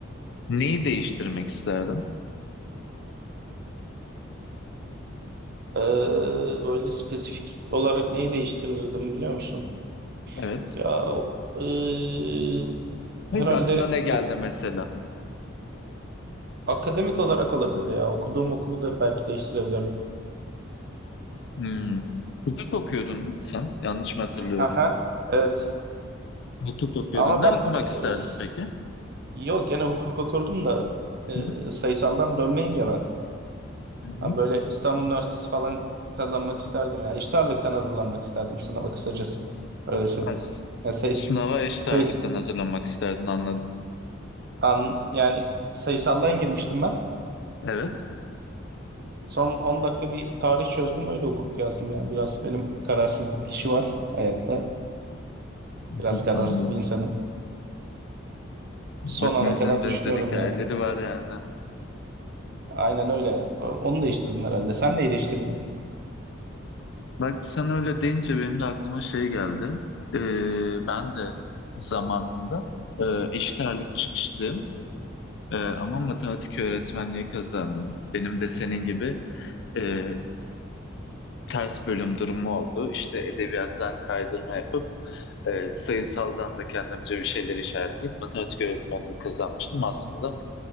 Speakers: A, on the left; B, on the right.
A: neyi değiştirmek isterdin?
B: Eee, böyle spesifik olarak neyi değiştirirdim biliyor musun?
A: Evet.
B: Ya eee,
A: Hiç
B: herhalde
A: aklına ne geldi
B: o
A: mesela?
B: Akademik olarak olabilir ya. Okuduğum okulu da belki değiştirebilirdim.
A: Hmm. Hukuk okuyordun değil mi sen? Yanlış mı hatırlıyorum?
B: Aha, evet.
A: Hukuk okuyordun.
B: Ama
A: Ne
B: ben
A: okumak
B: e,
A: isterdin
B: s-
A: peki?
B: yok gene hukuk okurdum da
A: Hı hı.
B: e, sayısaldan dönmeyeyim ya ben.
A: Hı hı.
B: Ben böyle İstanbul Üniversitesi falan kazanmak isterdim ya. İşte ağırlıktan hazırlanmak isterdim sınava kısacası. Öyle söyleyeyim.
A: Ha, s-
B: Yani sayıs
A: Sınava eşit
B: sayısı
A: ağırlıktan hazırlanmak isterdin anladım.
B: an yani sayısaldan girmiştim ben.
A: Evet.
B: Son 10 dakika bir tarih çözdüm öyle hukuk yazdım ya. Biraz benim kararsızlık işi var hayatta. Biraz
A: Hı hı,
B: kararsız
A: Anladım.
B: bir insanım. Son
A: Hepimizin
B: ana kadar
A: benzer
B: düşünüyorum
A: hikayeleri
B: yani.
A: var yani.
B: Aynen öyle. O- Onu değiştirdim herhalde. Sen neyi değiştirdin?
A: Bak sen öyle deyince benim de aklıma şey geldi. Ee, ben de zamanında e, eşit ağırlık çıkışlıyım. E, ama matematik öğretmenliği kazandım. Benim de senin gibi e, ters bölüm durumu oldu. İşte edebiyattan kaydırma yapıp e, sayısaldan da kendimce bir şeyler işaretleyip matematik öğretmenliği kazanmıştım. Aslında